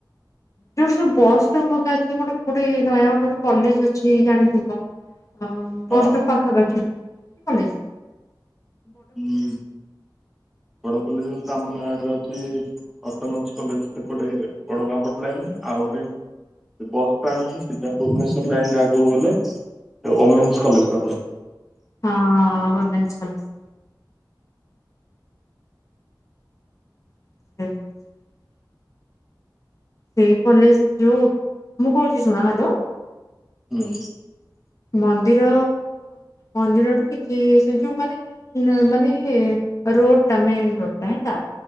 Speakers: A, on the left (about 40°); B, in the centre.
A: ଯୋଉଠି ବସ୍ ଷ୍ଟପ <unintelligible> ଗୋଟେ ଗୋଟେ ନୟ ଗୋଟେ ଗୋଟେ କଲେଜ ଅଛି ଜାଣିଥିବ। ଅ
B: ହଁ
A: ବସ୍ ଷ୍ଟପ ପାଖାପାଖି କଲେଜ୍
B: ହୁଁ ବଡ କଲେ <unintelligible> ଆମ <unintelligible> ଅଟୋନମସ୍କ କଲେଜ୍ ସେପଟେ ବଡଗାଁ ପଟ ଲାଇନ ରେ ଆଉ ଗୋଟେ ବସ ଷ୍ଟାଣ୍ଡ ରୁ ସିଧା ଭୁବନେଶ୍ଵର ଲାଇନ ରେ ଆଗକୁ ଗଲେ ଓମେନ୍ସ କଲେଜ ଟାପଡେ।
A: ହଁ ଓମେନ୍ସ କଲେଜ୍। <unintelligible> ସେଇ କଲେଜ ଯୋଉ ମୁଁ କୋହୁଚି ଶୁଣ, ହ୍ୟାଲୋ?
B: ହୁଁ।
A: ମନ୍ଦିର ମନ୍ଦିରଠୁ କିଛି ସେ ଯୋଉ ମାନେ ମାନେ ରୋଡ ଟା ମେନ୍ ରୋଡ ଟା ହେଲା